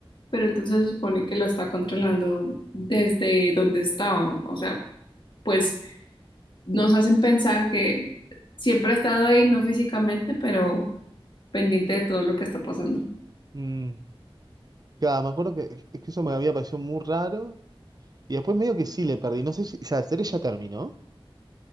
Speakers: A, on the left; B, on the right.
A: pero entonces se supone que lo está controlando desde donde estaba. O sea, pues nos hacen pensar que siempre ha estado ahí, no físicamente, pero pendiente de todo lo que está pasando.
B: Mm, claro, me acuerdo que, es que eso me había parecido muy raro, y después medio que sí le perdí, no sé si, o sea, la serie ya terminó.